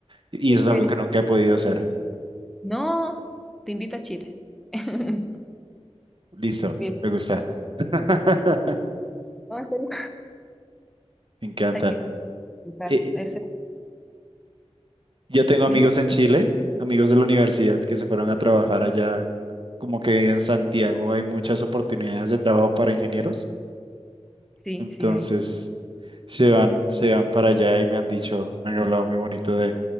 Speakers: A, on the right (about 50°); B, in the centre.
A: Y
B: Tienes
A: eso es algo
B: que venir.
A: que nunca he podido hacer.
B: No, te invito a Chile. <laughs>
A: Listo,
B: Bien.
A: me gusta. <laughs>
B: No, en serio.
A: Me encanta.
B: <laughs> Hay que Claro,
A: Eh,
B: ese,
A: yo tengo amigos
B: dime.
A: en Chile, amigos de la universidad que se fueron a trabajar allá. Como que en Santiago hay muchas oportunidades de trabajo para ingenieros.
B: Sí,
A: Entonces
B: sí hay.
A: se van, se van para allá y me han dicho, me han hablado muy bonito de,